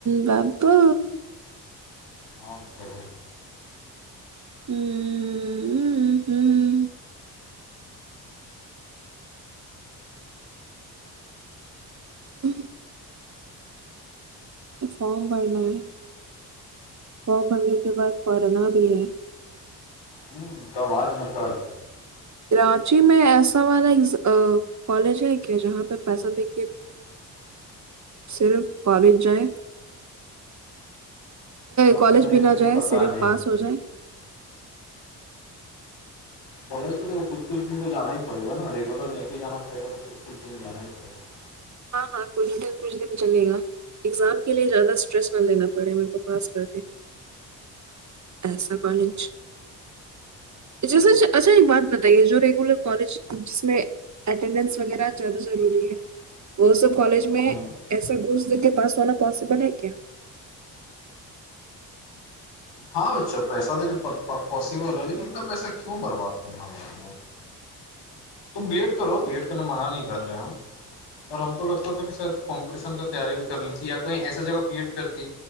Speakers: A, on the right; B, on the left.
A: बाबू
B: हँ च
A: हूं हं हूं हं फाम भड़ना है फॉम भरने के बाद पढ़ना भी है
B: ह्म कब आज न कल
A: राँची मे ऐसा वाला एक अ कॉलेज है का जहाँ पे पैसा देके
B: <unintelligible>
A: सिर्फ़ कॉलेज जायें
B: रांची
A: कॉलेज
B: में है
A: भी न
B: कि नहीं
A: जाय
B: पता
A: सिर्फ
B: नहीं
A: पास हो जाए
B: कालेज तऽ त किछु किछु दिन तऽइ जाना हि पड़ेगा न रेगुलर नहिक जा पड़े तऽ किछु किछु दिन जाना पड़ेगा
A: हँ हँ कछ दिन कुछ दिन चलेगा एग्जाम के लए जादा स्ट्रेस न लेना पड़े मेक पास कर दे ऐसा कॉलेज
B: <unintelligible>
A: ज स-स अच्छा एक बात बताइए जो रेगुलर कॉलेज जिसमें अटेडेंस वगैरह ज्यादा जरूरी
B: <unintelligible>
A: व सब कॉलज में
B: हम्म
A: ऐसा घूस देके बास होना पॉसिबल है क्या
B: हँ अच्छा पैसा देके प -पोसिबल है लेकिन इतना पैसा क्यो बर्बाद करना बाबो तुम बीएड करो बीएड करना मना नहि कर रहे हम पर हमको लगता था कि शायद कॉम्पिटिशन क तयारी भ कर लीती या कहिं ऐसे जगह बी एड करती